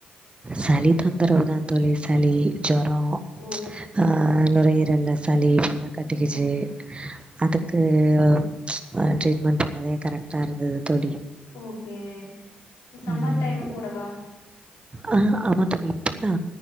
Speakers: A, on the right; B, on the left.
A: சளி தொந்தரவு தா தோழி சளி ஜொரோம்
B: ஓ
A: ச் ஆ நுரையீரல்ல சளி ஃபுல்லா கட்டிகிச்சு
B: ஓகே
A: அதுக்கு ம் ச் ஆஹ் ட்ரீட்மெண்ட் போனதே கரெக்டா இருந்தது தோழி
B: ஓகே இ சம்மர்
A: ம்
B: டைம் கூடவா
A: ஆ ஆமா தோழி இப்பதா